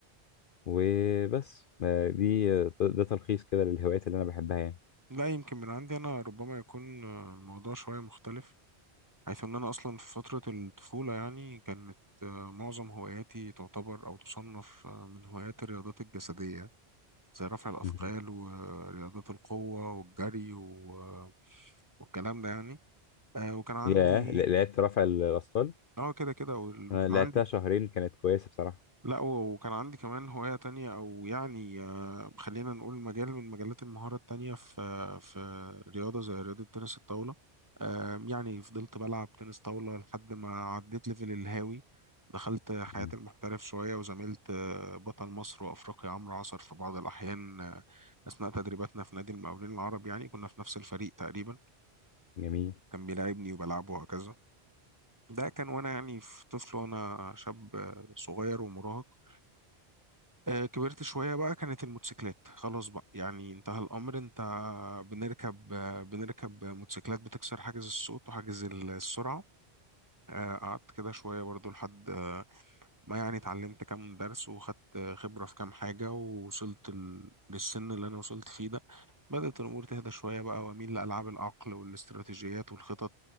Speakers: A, on the left (about 60°); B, on the right (about 15°).
A: وبس آه دي ده تلخيص كده للهوايات اللي أنا بحبها يعني
B: لا يمكن من عندي انا ربما يكون آه، الموضوع شويه مختلف حيث ان انا اصلا في فتره الطفوله يعني كانت آه، معظم هواياتي تعتبر او تصنف آه، من هوايات الرياضات الجسديه زي رفع الأثقال
A: مهم.
B: ورياضات القوة والجري و... والكلام ده يعني آه وكان عندي
A: ياه ل- لعبت رفع الأثقال
B: اه كده كده وال- وكان
A: أنا لعبتها
B: عندي
A: شهرين كانت كويسة بصراحة
B: لا و- وكان عندي كمان هواية تانية أو يعني آه، خلينا نقول مجال من مجالات المهارة التانية في في رياضة زي رياضة تنس الطاولة آم، يعني فضلت بلعب تنس طاولة لحد ما عديت ليفل الهاوي دخلت حياة
A: مم.
B: المحترف شوية وزميلت آه، بطل مصر وأفريقيا عمرو عصر في بعض الأحيان آه، أثناء تدريباتنا في نادي المقاولين العرب يعني كنا في نفس الفريق تقريبا
A: جميل
B: كان بيلاعبني وبلعبه وهكذا ده كان وأنا يعني في طفل وأنا شاب آه، صغير ومراهق آه، كبرت شوية بقى كانت الموتوسيكلات خلاص بقى يعني انتهى الأمر انت بنركب آه، بنركب موتوسيكلات بتكسر حاجز الصوت وحاجز السرعة آه، قعدت كده شوية برضو لحد آه، ما يعني اتعلمت كام درس وخدت آه، خبرة في كام حاجة ووصلت ال- للسن اللي أنا وصلت فيه ده بدأت الأمور تهدى شوية بقى وأميل لألعاب العقل والاستراتيجيات والخطط